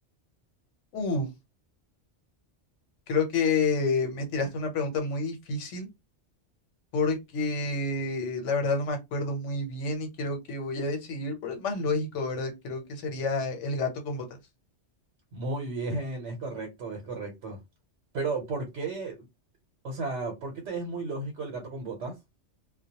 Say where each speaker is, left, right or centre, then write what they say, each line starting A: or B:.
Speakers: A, on the left; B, on the right.
A: Uh, creo que me tiraste una pregunta muy difícil. porque la verdad no me acuerdo muy bien y creo que voy a decidir por el más lógico, ¿verdad? Creo que sería el gato con botas.
B: Muy bien, es correcto, es correcto. Pero, ¿por qué? O sea, ¿por qué te es muy lógico el gato con botas?